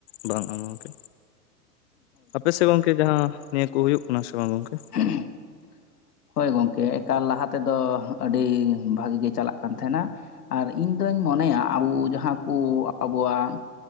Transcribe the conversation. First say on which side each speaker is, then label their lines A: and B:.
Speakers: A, on the left; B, on the left.
A: ᱵᱟᱝ ᱟ ᱜᱚᱝᱠᱮ᱾ ᱟᱯᱮ ᱥᱮ ᱜᱚᱝᱠᱮ ᱡᱟᱦᱟᱸ ᱱᱤᱭᱟᱹ ᱠᱚ ᱦᱩᱭᱩᱜ ᱠᱟᱱᱟ ᱥᱮ ᱵᱟᱝ ᱜᱚᱝᱠᱮ?
B: <unintelligible> ᱦᱳᱭ ᱜᱚᱝᱠᱮ ᱮᱠᱟᱞ ᱞᱟᱦᱟ ᱛᱮᱫᱚ ᱟᱹᱰᱤ ᱵᱷᱟᱜᱤ ᱜᱤ ᱪᱟᱞᱟᱜ ᱠᱟᱱ ᱛᱟᱦᱮᱸᱱᱟ᱾ ᱟᱨ ᱤᱧ ᱫᱚᱧ ᱢᱚᱱᱮᱭᱟ ᱟᱵᱩ ᱡᱟᱦᱟᱸ ᱠᱩ ᱟᱵᱩᱣᱟᱜ